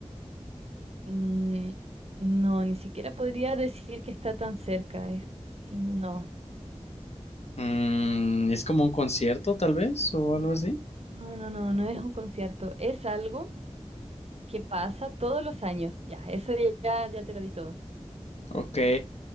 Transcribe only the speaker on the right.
Mm, no, ni siquiera podría decir que está tan cerca. es- no,
no, no, no, no es un concierto. Es algo que pasa todos los años. Ya, eso ya, ya te lo di todo.